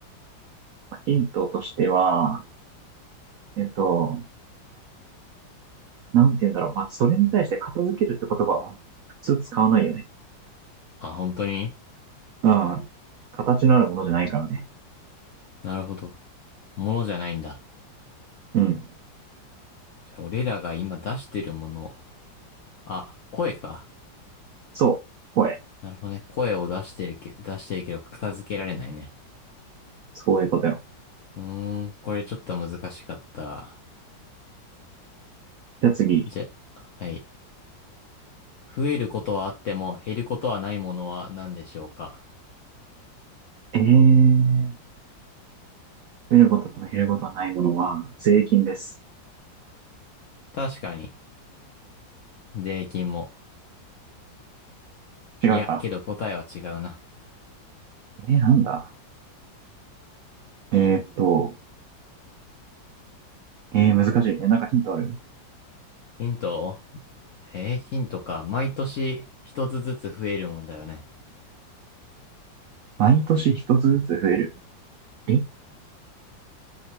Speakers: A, on the right; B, on the left.
A: ヒントとしては、えっと、なんて言うんだろう。まあ、それに対して片付けるって言葉は普通使わないよね。
B: あ、本当に
A: うん。形のあるものじゃないからね。
B: なるほど。ものじゃないんだ。
A: うん。
B: じゃあ、俺らが今出してるもの。あ、声か。
A: そう。声。
B: なるほどね。声を出してるけ、出してるけど片付けられないね。
A: そういうことよ。
B: うーん、これちょっと難しかった。
A: じゃあ次。
B: じゃ、はい。増えることはあっても減ることはないものは何でしょうか。
A: えー、増えることと減ることはないものは税金です。
B: 確かに。税金も。
A: 違うか。
B: いや、けど答えは違うな。
A: えー、なんだ。えーっと、えー、難しい。え、なんかヒントある
B: ヒントをえーヒントか。毎年一つずつ増えるもんだよね。
A: 毎年一つずつ増える。え